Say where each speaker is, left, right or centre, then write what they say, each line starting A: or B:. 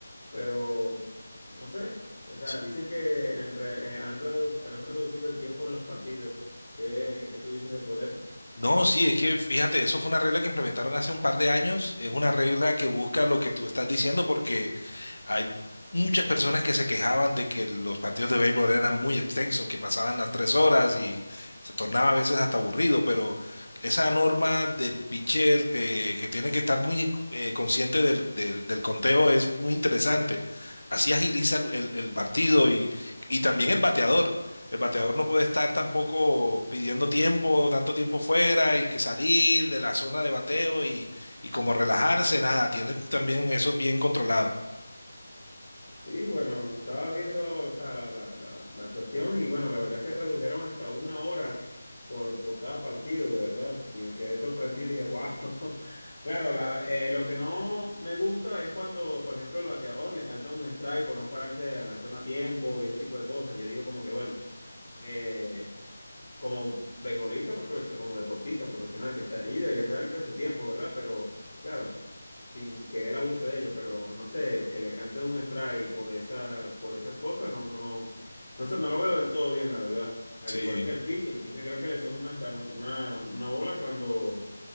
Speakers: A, on the left (about 45°); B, on the left (about 80°).
A: Pero, no sé, o sea,
B: Sí.
A: dicen que en re- eh, han, reduc- han reducido el tiempo de los partidos. ¿Qué, qué tú dices de sobre eso?
B: No, sí, es que fíjate, eso fue una regla que implementaron hace un par de años. Es una regla que busca lo que tú estás diciendo porque Hay muchas personas que se quejaban de que los partidos de béisbol eran muy extensos, que pasaban las tres horas y se tornaba a veces hasta aburrido, pero esa norma del pitcher eh, que tiene que estar muy eh, consciente del, del- del conteo es muy interesante. Así agiliza el, el- el partido y, y también el bateador. El bateador no puede estar tampoco pidiendo tiempo, tanto tiempo fuera y que salir de la zona de bateo y, y como relajarse, nada, tiene también eso bien controlado.
A: Sí, bueno, estaba viendo, o sea, la, la, la, la cuestión y bueno, la verdad es que redujeron hasta una hora por, por cada partido, de verdad. Y me quedé sorprendido y dije, wow. <laughs> Claro, la- eh, lo que no me gusta es cuando, por ejemplo, el bateador le canta un strike por no pararse en la zona a tiempo y ese tipo de cosas. Yo digo como que, bueno, eh, como beisbolista, profesio- como deportista profesional que está allí, deberían darle su tiempo, ¿verdad? Pero claro, sin que él abuse de ello, pero no sé, el que le cante un strike por esa, por esas cosas, no, no, no sé, no lo veo del todo bien, la verdad. Al
B: Sí,
A: igual que el pitcher, el pitcher creo que le suman hasta un- una, una bola cuando